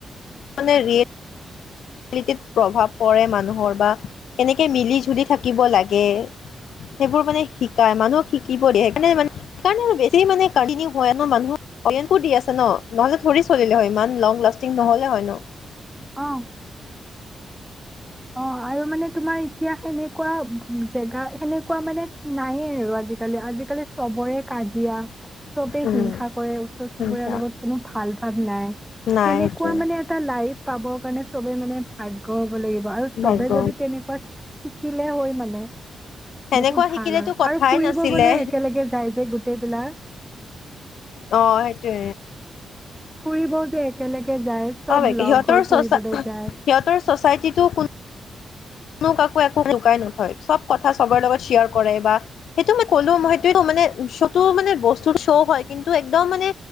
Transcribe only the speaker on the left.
মানে ৰিয়ে- লিটি প্ৰভাৱ পৰে মানুহৰ বা কেনেকে মিলি জুলি থাকিব লাগে- সেইবোৰ মানে শিকাই মানুহক শিকিব দিয়ে সেইকাৰণে মানে- সেইকাৰণে আৰু বেছি মানে কালিনিও হয় ন' মানুহৰ। অৰিয়েনতো দি আছে ন' নহ'লে থুৰে চলিলে হয় ইমান লং লাষ্টিং নহ'লে হয় ন'।
উম
সেনেকুৱা
নাই
সেইটোয়ে
ভাগ্য
সেনেকুৱা
শিকিলেতো
কথাই
নাছিলে
অ সেইটোয়ে
একে
সিহঁতৰ
চচা
সিহঁতৰ ছ'চাইটিটো কো নো কাকো একো লুকাই নথয়, চব কথা চবৰে লগত শ্বেয়াৰ কৰে বা সেইটো মই ক'লো মই সেইটো মানে শ্ব'টো মানে বস্তুৰ শ্ব' হয়, কিন্তু একদম মানে